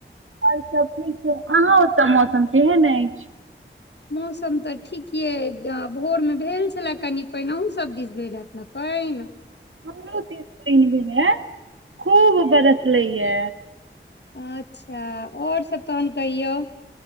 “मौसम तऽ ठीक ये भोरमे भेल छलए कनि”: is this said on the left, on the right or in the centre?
Left